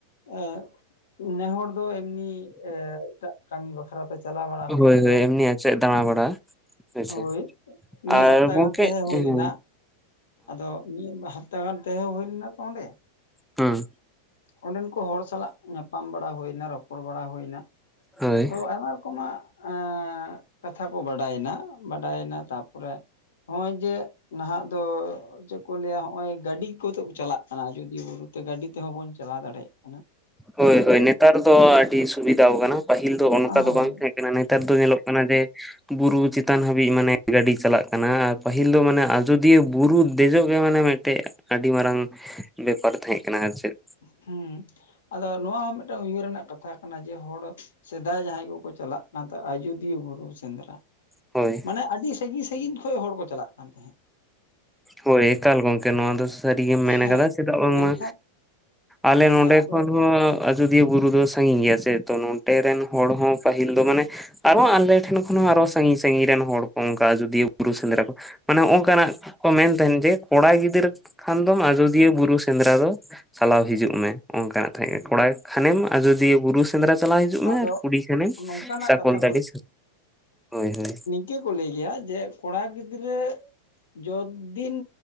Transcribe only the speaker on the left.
ᱮᱻ ᱱᱮᱦᱚᱲ ᱫᱚ ᱮᱢᱱᱤ ᱮᱻ ᱮᱴᱟᱜ ᱠᱟᱹᱢᱤ ᱵᱟᱠᱷᱨᱟᱛᱮ ᱪᱟᱞᱟᱣ ᱵᱟᱲᱟ ᱦᱩᱭ
ᱟᱠᱟᱱᱟ᱾
ᱦᱳᱭ ᱢᱤᱜ
ᱦᱟᱯᱛᱟ
ᱜᱟᱱ ᱛᱟᱦᱮᱸ ᱦᱩᱭ
ᱞᱮᱱᱟ᱾
ᱟᱫᱚ ᱱᱤᱭᱟᱹ ᱢᱟ ᱦᱟᱯᱛᱟ ᱜᱟᱱ ᱛᱟᱦᱮᱸ ᱦᱳᱭ ᱞᱮᱱᱟ ᱛᱚ ᱚᱸᱰᱮ,
ᱚᱸᱰᱮᱱ ᱠᱚ ᱦᱚᱲ ᱥᱟᱞᱟᱜ ᱧᱟᱯᱟᱢ ᱵᱟᱲᱟ ᱦᱳᱭ ᱮᱱᱟ ᱨᱚᱯᱚᱲ ᱵᱟᱲᱟ ᱦᱳᱭ ᱮᱱᱟ᱾
ᱛᱚ ᱟᱭᱢᱟ ᱨᱚᱠᱚᱢᱟᱜ ᱟᱸᱻ ᱠᱟᱛᱷᱟ ᱠᱚ ᱵᱟᱰᱟᱭᱮᱱᱟ ᱵᱟᱰᱟᱭᱮᱱᱟ ᱛᱟᱯᱚᱨᱮ, ᱱᱚᱜᱼᱚᱭ ᱡᱮ ᱱᱟᱦᱟᱜ ᱫᱚ, ᱪᱮᱫ ᱠᱚ ᱞᱟᱹᱭᱟ ᱱᱚᱜᱼᱚᱭ ᱜᱟᱹᱰᱤ ᱠᱚᱛᱮ ᱠᱚ ᱪᱟᱞᱟᱜ ᱠᱟᱱᱟ ᱡᱩᱫᱤ ᱵᱩᱨᱩ ᱛᱮ ᱜᱟᱹᱰᱤ ᱛᱮᱦᱚᱸ ᱵᱚᱱ ᱪᱟᱞᱟᱣ ᱫᱟᱲᱮᱭᱟᱜᱼᱟ ᱾
ᱦᱳᱭ
ᱦᱩᱸᱻ ᱟᱫᱚ ᱱᱚᱣᱟ ᱦᱚᱸ ᱢᱤᱫᱴᱟᱹᱝ ᱩᱭᱦᱟᱹᱨ ᱨᱮᱱᱟᱜ ᱠᱟᱛᱷᱟ ᱠᱟᱱᱟ ᱡᱮ ᱦᱚᱲ, ᱥᱮᱫᱟᱭ ᱡᱟᱦᱟᱸᱭ ᱠᱚᱠᱚ ᱪᱟᱞᱟᱜ ᱠᱟᱱ ᱛᱟᱦᱮᱸ ᱟᱡᱚᱫᱤᱭᱟᱹ ᱵᱩᱨᱩ ᱥᱮᱸᱫᱽᱨᱟ ᱾
ᱢᱟᱱᱮ ᱟᱹᱰᱤ ᱥᱟᱺᱜᱤᱧ ᱥᱟᱺᱜᱤᱧ ᱠᱷᱚᱡ ᱦᱚᱲ ᱠᱚ ᱪᱟᱞᱟᱜ ᱠᱟᱱ ᱛᱟᱦᱮᱸᱫ ᱾
ᱦᱮᱸ
ᱢᱮᱱᱠᱷᱟᱱ
ᱦᱮᱸ
ᱟᱫᱚ
ᱟᱫᱚ
ᱱᱚᱝᱠᱟᱱᱟᱜ
ᱠᱟᱛᱷᱟ
ᱪᱤᱠᱟᱹ ᱠᱚ ᱞᱟᱹᱭ ᱜᱮᱭᱟ ᱡᱮ ᱠᱚᱲᱟ ᱜᱤᱫᱽᱨᱟᱹ ᱡᱚᱫᱽ ᱫᱤᱱ